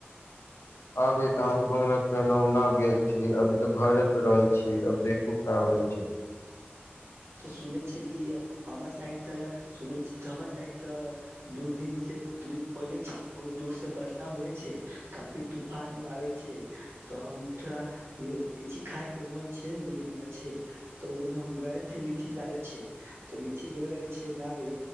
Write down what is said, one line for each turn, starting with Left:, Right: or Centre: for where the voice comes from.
Left: अभी तऽ हम घूमेयके नहुना गेल छी अभी तऽ घरे पर रहय छी अब देखू का होइ छै
Right: तऽ सुनै छै कि हमर साइड तऽ सुनै छी हमर साइड तऽ दू दिन से दू दिन पहिले छै बहुत जोर से वर्षा होइ छै काफी तूफान आबय छै तऽ हम थोड़ा लीची खाय के मन छैय ने उ दिन मे छैय तऽ ओ दिन हम ग लीची लाबे छै त लीची ग रहे छै लाबे